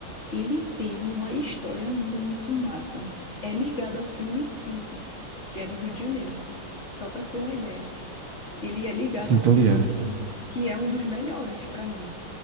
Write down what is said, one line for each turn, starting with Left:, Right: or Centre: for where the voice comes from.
Left: ele teve uma história muito massa. É ligado ao filme 5, que é no Rio de Janeiro. Só para ter uma ideia. Ele é ligado
Right: sim,
Left: ao
Right: tô
Left: filme
Right: ligado.
Left: 5, que é um dos melhores para mim.